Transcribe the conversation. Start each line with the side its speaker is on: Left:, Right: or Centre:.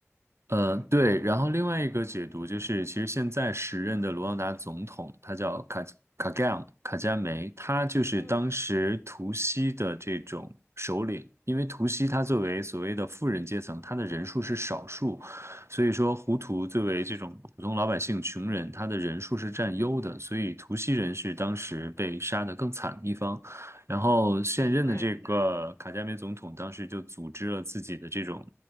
Right: 嗯呃，对，然后另外一个解读就是，其实现在时任的卢旺达总统，他叫卡卡加姆卡加梅，他就是当时图西的这种首领。
Left: 嗯，
Right: 因为图西他作为所谓的富人阶层，他的人数是少数，所以说胡图作为这种普通老百姓、穷人，他的人数是占优的，所以图西人是当时被杀得更惨的一方。然后现任的这个卡加梅总统当时就组织了自己的这种。
Left: 明白。